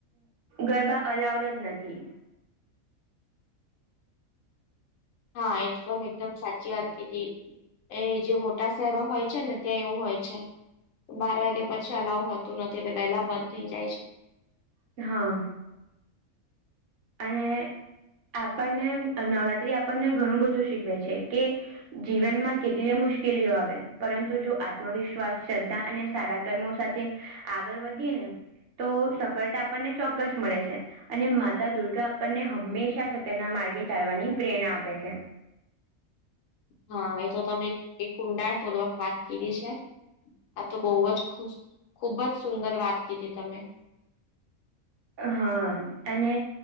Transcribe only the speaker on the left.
હા એકદમ એકદમ સાચી વાત કીધી એ જે મોટા શહેરો હોય છે ને ત્યાં એવું હોય છે બાર વાગ્યા પછી અલાઉ હોતું નથી એટલે પેલા બંધ થઇ જાય છે
હા એ તો તમે એક ઊંડાણ પૂર્વક વાત કરી છે આ તો બઉ જ ખુબ જ સુંદર વાત કીધી તમે